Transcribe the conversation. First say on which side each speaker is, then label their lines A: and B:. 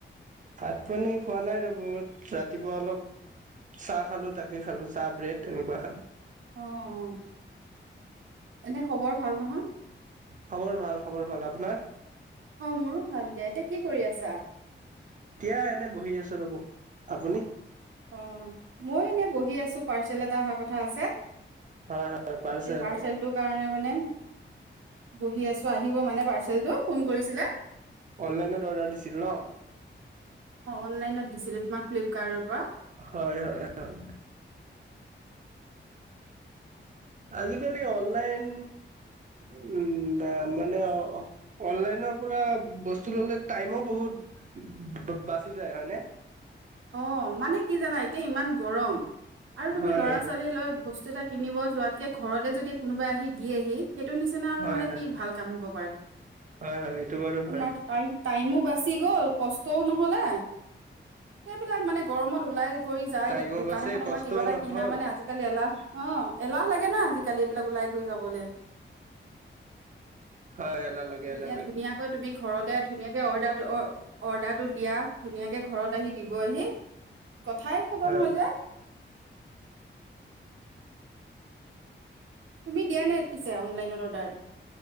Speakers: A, on the right; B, on the right.
A: ভাত পানী খোৱা নাই ৰব ৰাতিপুৱা অলপ চাহ খালো তাকে খালো চাহ ব্ৰেড এনেকুৱা খালো।
B: অ অ এনে খবৰ ভাল নহয়
A: খবৰ ভাল খবৰ ভাল। আপোনাৰ?
B: অ মোৰো ভাল দে। এতিয়া কি কৰি আছা?
A: এতিয়া এনে বহি আছো ৰ'ব। আপুনি?
B: অ মই এনে বহি আছো পাৰ্চেল এটা অহা কথা আছে।
A: হয় হয় পাৰ্চেল
B: স পাৰ্চেলটো কাৰণে মানে বহি আছো আহিব মানে পাৰ্চেলটো ফোন কৰিছিলে।
A: অনলাইনত অৰ্ডাৰ দিছিল ন?
B: অনলাইন দিছিলো তোমাক ফিলিপকাৰ্টৰ পৰা।
A: হয় হয় হয় আজিকালি অনলাইন উম, ন- মানে অ'- অনলাইনৰ পৰা বস্তু ল'লে টাইমো বহুত ব- বাচি যায়, হয়নে?
B: অ'। মানে কি জানা? এতিয়া ইমান গৰম আৰু তুমি
A: হয়
B: ল'ৰা-ছোৱালী
A: হয়
B: লৈ বস্তু এটা কিনিব যোৱাতকে, ঘৰতে যদি কোনোবাই আহি দিয়েহি সেইটো নিচিনা আৰু
A: হয়
B: মানে
A: হয়
B: কি ভাল কাম হ'ব পাৰে।
A: হয় হয় এইটো বাৰু
B: তোমাৰটো
A: হয়।
B: টাই- টাইমো বাচি গ'ল, কষ্টও নহলে। সেইবিলাক মানে গৰমত ওলাই কৰি যায়।
A: টাইমো
B: দোকান
A: বাছে
B: এখনৰ
A: কষ্টও
B: পৰা কিবা এটা
A: নহ'ল
B: কিনা মানে আজিকালি এলাহ অ'। এলাহ লাগে না, আজিকালি এইবিলাক ওলাই কৰি যাবলৈ।
A: হয় এলাহ লাগে
B: এতিয়া
A: এলাহ লাগে
B: ধুনীয়াকৈ তুমি ঘৰতে ধু নীয়াকে অৰ্ডাৰটো- অ'- অৰ্ডাৰটো দিয়া, ধুনীয়াকে ঘৰত আহি দিবহি। কথাই খতম
A: হয়
B: হৈ যায়। তুমি দিয়া নে পিছে অনলাইনত অৰ্ডাৰ?